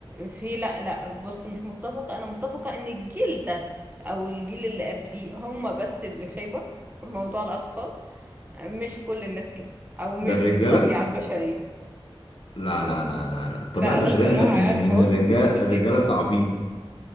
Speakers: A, on the right (about 20°); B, on the left (about 60°).
A: في لا لا بص مش متفقة انا متفقة ان الجيل ده او الجيل اللي قبليه هم بس اللي خيبة في موضوع الاطفال مش كل الناس كده او مش
B: ده الرجالة
A: دي الطبيعة البشرية
B: لا لا لا لا لا الطبيعة
A: لا
B: البشرية
A: لا صراحة
B: إن إن
A: يعني
B: إن
A: بقول
B: الرجال
A: ان انتوا اللي
B: الرجالة
A: خايبة
B: صعبين